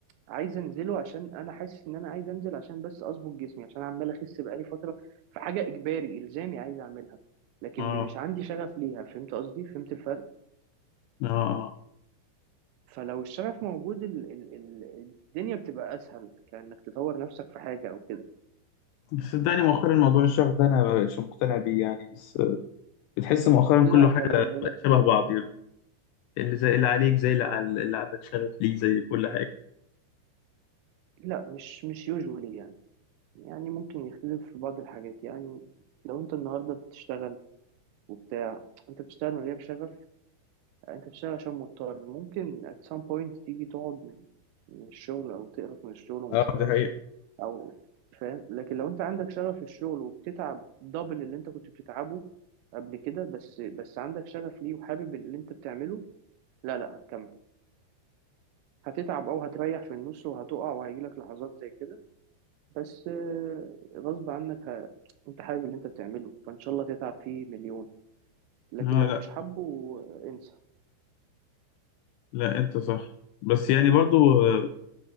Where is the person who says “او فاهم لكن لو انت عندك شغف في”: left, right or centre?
Right